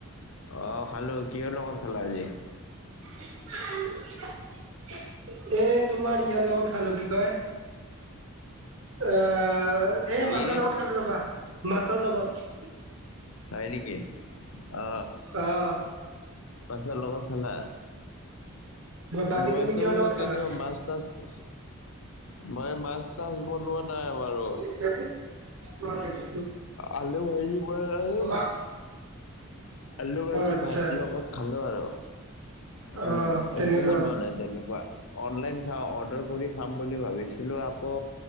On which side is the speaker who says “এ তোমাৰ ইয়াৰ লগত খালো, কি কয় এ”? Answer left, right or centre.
Right